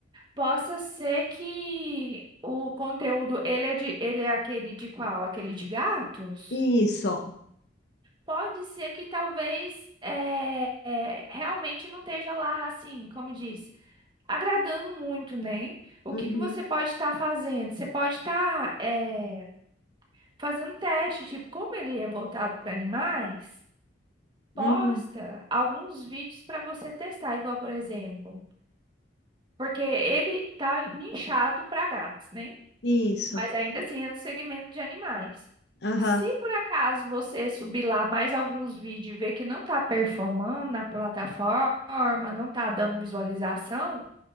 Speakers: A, on the right; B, on the left.
A: Possa ser que o conteúdo, ele é de, ele é aquele de qual? Aquele de gatos?
B: Isso.
A: Pode ser que talvez é, é, realmente não esteja lá, assim, como disse, agradando muito, né? O
B: Uhum.
A: que que você pode estar fazendo? Você pode estar é, fazendo teste, tipo, como ele é voltado para animais,
B: Uhum.
A: posta alguns vídeos para você testar, igual, por exemplo, porque ele tá nichado para gatos, né?
B: Isso.
A: mas ainda assim é do segmento de animais.
B: Aham.
A: Se por acaso você subir lá mais alguns vídeos e ver que não está performando na plataforma, não está dando visualização,